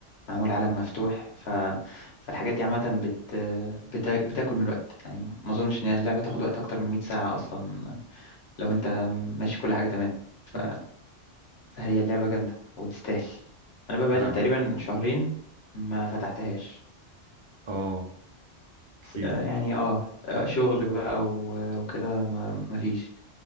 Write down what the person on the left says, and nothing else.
معمول عالم مفتوح ف... فالحاجات دي عامة بت... بتا... بتاكل من الوقت يعني ما أظنش إن اللعبة تاخد وقت أكتر من 100 ساعة أصلا لو أنت ماشي كل حاجة تمام ف...
فهي اللعبة جامدة وتستاهل أنا بقى بقالي
تقريبا
شهرين ما فتحتهاش
يعني اه آه، شغل بقى و- وكده ما ما فيش